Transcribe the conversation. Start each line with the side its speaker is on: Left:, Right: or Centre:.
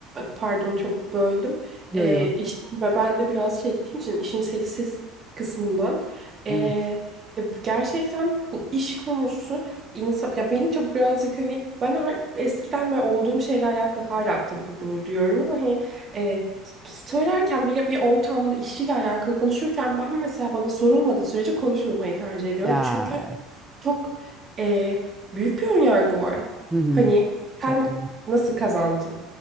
Right: Pardon çok böldüm.
Centre: Yo,
Right: Ee,
Centre: yo.
Right: işin ve ben de biraz çektiğim için işin seksist kısmından ee,
Centre: Evet.
Right: ya gerçekten bu iş konusu insan ya beni çok birazcık hani ben artık eskiden ve olduğum şeyle alakalı hala tabii ki bunu diyorum ama hani ee, söylerken bile bir ortamda işiyle alakalı konuşurken ben mesela bana sorulmadığı sürece konuşmamayı tercih ediyorum.
Centre: Ya,
Right: Çünkü
Centre: evet.
Right: çok e, büyük bir önyargı var.
Centre: Hı hı.
Right: Hani
Centre: Çok
Right: sen
Centre: doğru.
Right: Nasıl kazandın?